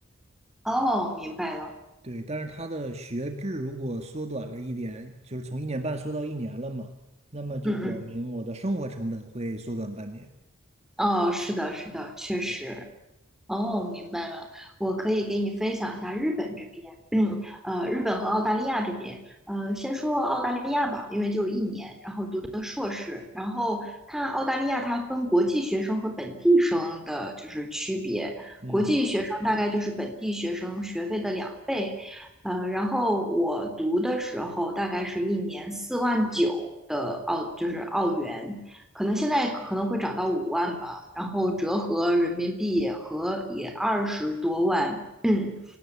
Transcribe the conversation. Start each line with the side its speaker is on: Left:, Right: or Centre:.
Centre: 哦，明白了。
Right: 对，但是它的学制如果缩短了一点，就是从一年半缩到一年了嘛，那么就表明我的生活成本会缩短半年。
Centre: 嗯嗯，哦，是的，是的，确实，
Right: 对，
Centre: 哦，明白了，我可以给你分享一下日本这边，<clears throat> 嗯，呃，日本和澳大利亚这边，呃，先说澳大利亚吧，因为就一年，然后读的硕士，然后它澳大利亚它分国际学生和本地生的就是区别，
Right: 嗯，
Centre: 国际学生大概就是本地学生学费的两倍，呃，然后我读的时候大概是一年四万九的澳，就是澳元，可能现在可能会涨到五万吧，然后折合人民币也和也二十多万，嗯，